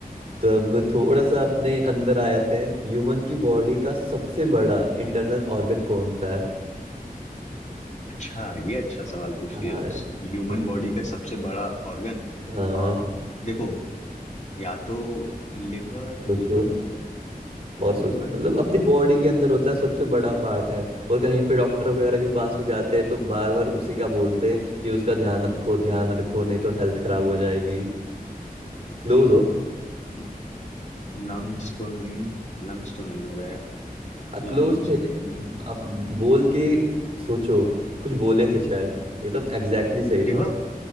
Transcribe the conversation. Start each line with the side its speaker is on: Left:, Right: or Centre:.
Right: तो अब थोड़ा सा अपने अंदर आ जाते हैं ह्यूमन की बॉडी का सबसे बड़ा इंटरनल ऑर्गन कौन सा है
Left: अच्छा ये अच्छा सवाल पूछ
Right: हाँ
Left: दिया दोस्त ह्यूमन
Right: हम्म,
Left: बॉडी का सबसे बड़ा ऑर्गन
Right: हाँ
Left: आ, देखो या तो लिवर
Right: सोचो
Left: लिवर नहीं है
Right: और सो,
Left: लिवर
Right: मतलब
Left: नहीं
Right: अपनी बॉडी के अंदर होता है सबसे बड़ा पार्ट है और कहीं पे डॉक्टर वगैरह के पास भी जाते हैं तो बार बार उसी का बोलते हैं कि उसका ध्यान रखो ध्यान रखो नहीं तो हेल्थ खराब हो जाएगी क्लोज हो
Left: है लंग्स तो नहीं लंग्स तो नहीं हो गया
Right: क्लोज
Left: लंग्स
Right: थे
Left: तो नहीं
Right: अब बोल के सोचो कुछ बोले थे शायद एकदम एग्जैक्टली सही
Left: Liver
Right: था